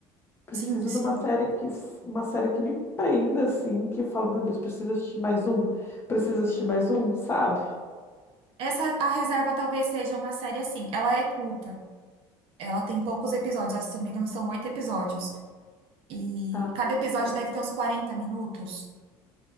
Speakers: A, on the left; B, on the right.
A: Preciso
B: Sim, sim.
A: de uma série que s- uma série que me prenda assim, que eu falo, meu Deus, preciso assistir mais um, preciso assistir mais um, sabe?
B: Essa, A Reserva talvez seja uma série assim. Ela é curta. Ela tem poucos episódios. acho que, Se não me engano, são oito episódios. E
A: Ah,
B: cada episódio
A: legal.
B: deve ter uns 40 minutos,